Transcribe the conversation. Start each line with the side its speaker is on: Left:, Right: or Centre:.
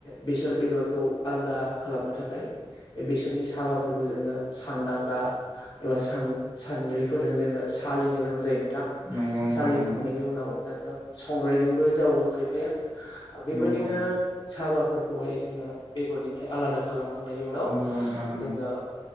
Left: बेसर बेगरखौ आलदा खालामनो थाखाय। बे बेसरनि साबाफोरखौ जोङो सानदांगा एबा सानद्रिफोरजों जोङो सालिनो गोनां जायो नोंथां
Right: नंगौ नोंथां
Left: सालिखांनायनि
Right: नंगौ
Left: उनाव जोङो संग्रायजोंबो जावो खायफाया बेबायदिनो
Right: नंगौ
Left: साबाफोरखौहाय जोङो बेगरनिफ्राय आलादा खालाम हखांनायनि उनाव
Right: नंगौ नोंथां नंगौ
Left: जोङो